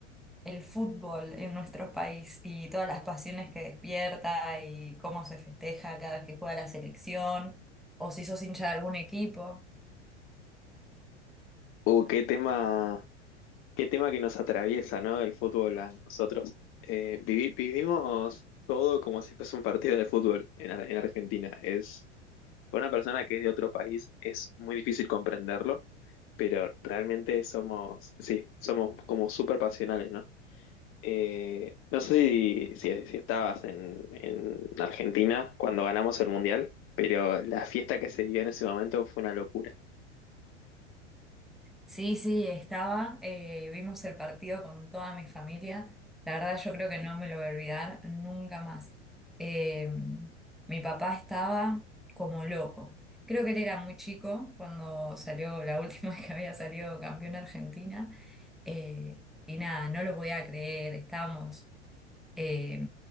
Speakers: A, in the centre; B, on the left (about 35°).
A: el fútbol en nuestro país y todas las pasiones que despierta y cómo se festeja cada vez que juega la selección o si sos hincha de algún equipo.
B: Uh, qué tema, Qué tema que nos atraviesa, ¿no? El fútbol a nosotros. Eh, vivi- vivimos todo como si fuese un partido de fútbol en, Ar- en Argentina. Es, para una persona que es de otro país es muy difícil comprenderlo, pero realmente somos, sí, somos como súper pasionales, ¿no? Eh, no sé si, si, si estabas en, en Argentina cuando ganamos el Mundial, pero la fiesta que se dio en ese momento fue una locura.
A: Sí, sí, estaba. eh, vimos el partido con toda mi familia. La verdad, yo creo que no me lo voy a olvidar nunca más. Eh, mi papá estaba como loco. Creo que él era muy chico cuando salió la última <laughs> vez que había salido campeón Argentina. eh, y nada, no lo podía creer. Estábamos eh,